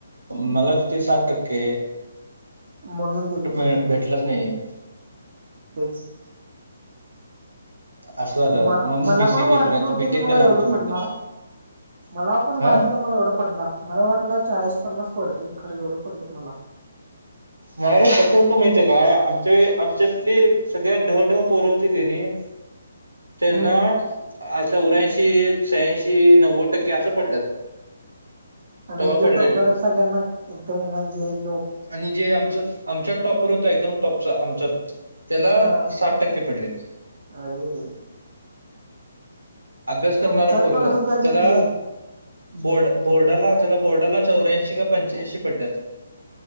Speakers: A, on the right; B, on the right.
A: मला किती सात टक्के
B: म्हणून
A: कुठ
B: दिलंच
A: भेट
B: नाहीत
A: <unintelligible> <unintelligible>
B: तेच! !
A: असं झालं
B: म
A: मग मी
B: मला
A: बीसीए
B: पण
A: केलो
B: वाटलं
A: नाही
B: नव्हतं
A: तर बीटेक
B: की? मला
A: करणार
B: एवढं
A: होतो मी
B: पडणार!
A: पण
B: मला पण
A: हा
B: माहित होत! मला एवढं पडणार मला वाटल चाळीस पन्नास पडतील खरं एवढं! पडलेत मला
A: नाही कसं! होत माहित आहे काय आमच्या आमच्यातली सगळ्यात ढ ढ पोर होती की नाय त्यांना
B: हम्म
A: चं! ! आ! चोऱ्याऐंशी शहाऐंशी नव्वद टक्के असं पडल्यात!
B: आणि
A: तवा
B: जे
A: पडलेले
B: टॉपर आहेत. सगळ्यांना एकदम म्हणजे लोक
A: आणि जे आमच आमच्यात टॉपवर होता. एकदम टॉपचा आमच्यात त्याला
B: हा
A: साठ टक्के पडलेत
B: अरे! !
A: अभ्यास करणारं
B: आमच्यात
A: पोरग
B: पण असं झाले
A: त्याला
B: की
A: बोर्ड बोर्डाला त्याला बोर्डाला चौऱ्याऐंशी का? पंच्याऐंशी पडल्यात!